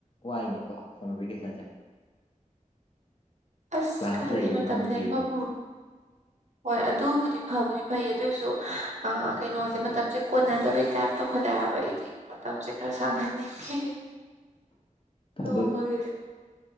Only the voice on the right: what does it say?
ꯑꯁ
ꯀꯥꯏꯗ
ꯃꯇꯝ
ꯂꯦꯟꯐꯝ ꯍꯣꯏ ꯑꯗꯨꯕꯨꯗꯤ ꯐꯕꯨꯗꯤ ꯐꯩꯌꯦ ꯑꯗꯨꯑꯣꯏꯁꯨ ꯑ ꯀꯩꯅꯣꯁꯦ ꯃꯇꯝꯁꯦ ꯀꯣꯟꯅꯗꯕꯩ ꯇꯥꯏꯞ ꯇꯧꯈꯠꯂꯛꯑꯦ ꯍꯥꯏꯕ ꯑꯩꯗꯤ ꯃꯇꯝꯁꯦ ꯈꯔ ꯁꯥꯡꯍꯟꯅꯤꯡꯉꯤ
ꯅꯣꯡꯃꯒꯤ